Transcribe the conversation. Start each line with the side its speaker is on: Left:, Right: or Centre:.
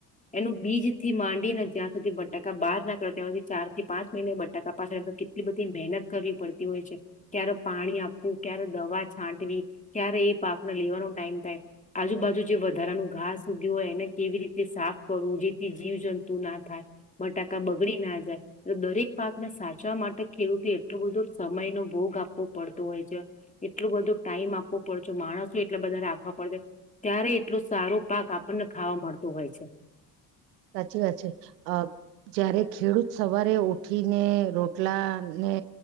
Left: એનું બીજથી માંડીને જ્યાં સુધી બટાકા બહાર નાકળે ત્યાં હુધી ચારથી પાંચ મહિને બટાકા પાછળ એ કેટલી બધી મહેનત કરવી પડતી હોય છે ક્યારે પાણી આપવું ક્યારે. દવા છાંટવી ક્યારે એ પાકને લેવાનો ટાઈમ થાય આજુબાજુ જે વધારાનું ઘાસ ઉગ્યું હોય એને કેવી રીતે સાફ કરવું જેથી જીવ જંતુ ના થાય બટાકા બગડી ના જાય એટલે દરેક પાકને સાચવા માટે ખેડૂતે એટલો બધો સમય નો ભોગ આપવો પડતો હોય છે. એટલું બધું ટાઈમ આપવો પડે છે, માણસો એટલા બધા રાખવા પડશે ત્યારે એટલું સારો પાક આપણને ખાવા મળતો હોય છે.
Right: સાચી વાત છે, અહ જયારે ખેડૂત સવારે ઉઠીને રોટલાને